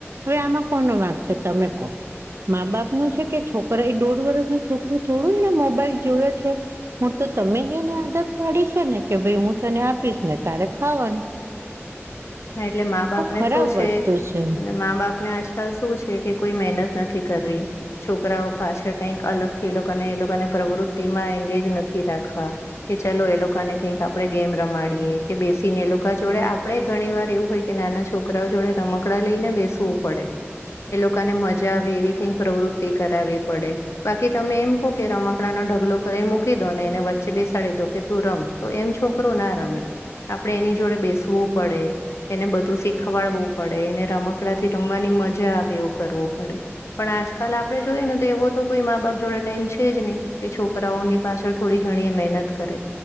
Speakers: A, on the right (about 65°); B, on the left (about 75°).
A: હવે આમાં કોનું વાંક છે તમે કોહ. મા બાપ નુ છે કે છોકરા એ દોઢ વર્ષનુ છોકરુ થોડુ એને મોબાઈલ જોવે છે. હુ તો તમેજ એને આદત પાડી છે ને કે ભાઈ હુ તને આપીશ અને તારે ખાવાનુ.
B: હા એટલે માં બાપ ને
A: ખરાબ
B: શુ છે
A: વસ્તુ છે
B: અને મા બાપ ને આજ શુ છે કે કોઈ મહેનત નથી કરવી. છોકરાઓ પાછળ કઈક અલગ થી એ લોકોને પ્રવૃત્તિ મા એંગેજ નથી રાખવા. કે ચાલો એ લોકોને કઈક આપણે ગેમ રમાડીએે કે બેસીને એ લોકો જોડે આપડણે જ ઘણી વાર એવુ હોય કે નાના છોકરાઓ જોડે રમકડા લઈને બેસવુ પડે. એ લોકોને મજા આવે એવી કઈક પ્રવૃત્તિ કરાવવી પડે. બાકી તમે એમ કહો કે રમકડાનો ઢગલો કરીને મૂકી દો અને એને વચ્ચે બેસાડી દો કે તુ રમ. તો એમ છોકરો ના રમે આપડે એની જોડે બેસવુ પડે એને બધુ શીખવાડવુ પડે એને રમકડા થી રમવાની મજા આવે એવુ કરવુ પડે. પણ આજકાલ આપણે જોઈએ ને તો એવો તો કોઈ માં બાપ જોડે ટાઈમ છે જ નહી કે છોકરાઓની પાછળ થોડી ઘણી મહેનત કરે